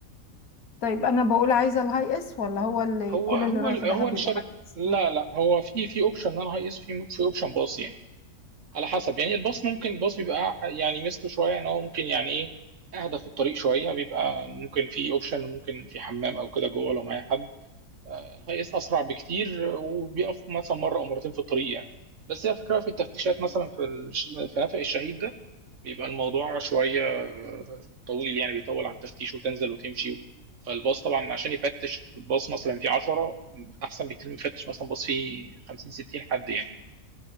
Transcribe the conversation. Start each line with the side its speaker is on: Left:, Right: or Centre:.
Left: طيب انا بقول عايزه الهاي اس ولا هو اللي
Right: هو
Left: كل
Right: هو
Left: اللي رايح
Right: ال- هو
Left: دهب
Right: الشركه
Left: بيبقى هاي اس
Right: لا لا هو في في اوبشن ان انا هاي اس في في اوبشن باص يعني على حسب يعني الباص ممكن الباص بيبقى يعني ميزته شويه ان هو ممكن يعني ايه اهدى في الطريق شويه بيبقى ممكن في اوبشن ممكن في حمام او كده جوه لو معايا حد الهاي اس اسرع بكتير وبيقف مثلا مره او مرتين في الطريق يعني بس هي الفكره في التفتيشات مثلا في الش- في نفق الشهيد ده بيبقى الموضوع شويه طويل يعني بيطول على التفتيش وتنزل وتمشي فالباص طبعا عشان يفتش باص مثلا فيه 10 احسن بكتير من يفتش مثلا باص فيه 50 60 حد يعني